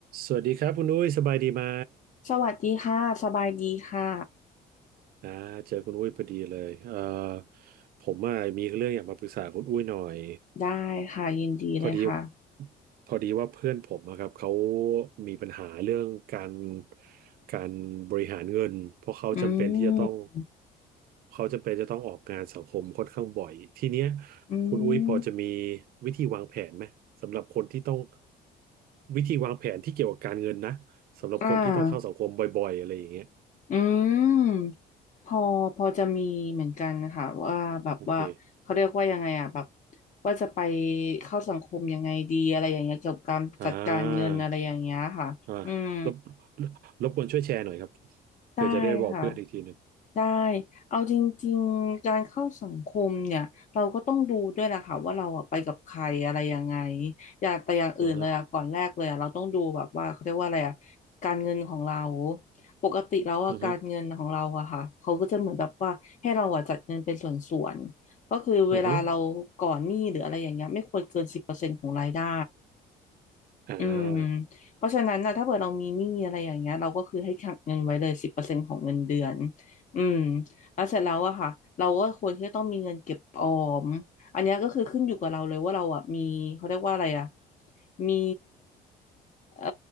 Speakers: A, on the right (about 60°); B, on the left (about 45°).
A: สวัสดีครับคุณอุ้ยสบายดีไหม
B: สวัสดีค่ะสบายดีค่ะ
A: อ่าเจอคุณอุ้ยพอดีเลยเอ่อผมอ่ะมีเรื่องอยากมาปรึกษาคุณอุ้ยหน่อย
B: ได้ค่ะยินดีเลยค่ะ
A: พอดีพอดีว่าเพื่อนผมอะครับเขามีปัญหาเรื่องการการบริหารเงินเพราะเขาจำเป็นที่จะต้อง
B: อืม
A: เขาจำเป็นจะต้องออกงานสังคมค่อนข้างบ่อยทีเนี้ย
B: อื
A: คุณอุ้ยพอจะมี
B: ม
A: วิธีวางแผนไหมสำหรับคนที่ต้องวิธีวางแผนที่เกี่ยวกับการเงินนะสำหรับคนที่ต้องเข้าสังคมบ่อยๆอะไรอย่างเงี้ย
B: อ่าอืมพอพอจะมีเหมือนกันนะคะว่าแบบว่าเขาเรียกว่ายังไงอ่ะแบบ
A: โอเค
B: ว่าจะไปเข้าสังคมยังไงดีอะไรอย่างเงี้ยเกี่ยวกับการจัดการเงินอะไรอย่างเงี้ยค่ะอืม
A: อ่าอ่ารบรบกวนช่วยแชร์หน่อยครับเพื่อจะได้บอกเพื่อนอีกทีหนึ่ง
B: ได้ค่ะ ได้เอาจริงๆการเข้าสังคมเนี่ยเราก็ต้องดูด้วยแหละค่ะว่าเราอะไปกับใครอะไรยังไงอย่าแต่อย่างอื่นเลยอะก่อนแรกเลยอะเราต้องดูแบบว่าเขาเรียกว่าอะไรอะ
A: อ่าฮะ
B: การเงินของเราปกติแล้วอะการเงินของเราอะค่ะเขาก็จะเหมือนแบบว่าให้เราอะจัดเงินเป็นส่วนๆก็คือเวลาเราก่อนหนี้หรืออะไรอย่างเงี้ยไม่ควรเกินสิบเปอร์เซ็นต์ของรายได้
A: อือฮึอือฮึอ่า
B: อืมเพราะฉะนั้นนะถ้าเกิดเรามีหนี้อะไรอย่างเงี้ยเราก็คือให้ขังเงินไว้เลยสิบเปอร์เซ็นต์ของเงินเดือนอืมแล้วเสร็จแล้วอะค่ะเราก็ควรที่จะต้องมีเงินเก็บออมอันเนี้ยก็คือขึ้นอยู่กับเราเลยว่าเราอะมีเขาเรียกว่าอะไรอะมีเอ่อ